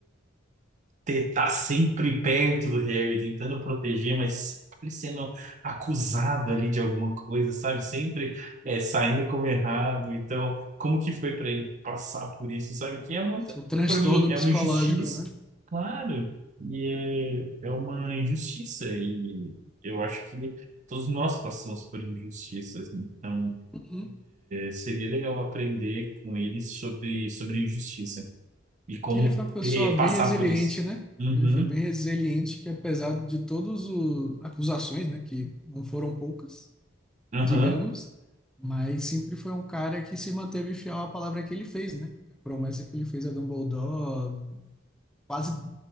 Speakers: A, on the right; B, in the centre.
A: ter, tá sempre perto do Harry, tentando proteger, mas sempre sendo acusado ali de alguma coisa, sabe? Sempre é, saindo como errado. Então, como que foi para ele passar por isso, sabe? Que é muito,
B: O transtorno
A: para mim, é
B: psicológico,
A: uma injustiça,
B: né?
A: claro, e é, é uma injustiça, e eu acho que todos nós passamos por injustiças, então.
B: Uhum.
A: Seria legal aprender com ele sobre, sobre injustiça e como
B: Ele foi uma pessoa
A: eh, passar
B: bem resiliente,
A: por isso.
B: né?
A: Uhum,
B: Ele foi bem resiliente, que apesar de todas as acusações, né, que não foram poucas,
A: aham,
B: digamos, mas sempre foi um cara que se manteve fiel à palavra que ele fez, né? A promessa que ele fez a Dumbledore, quase,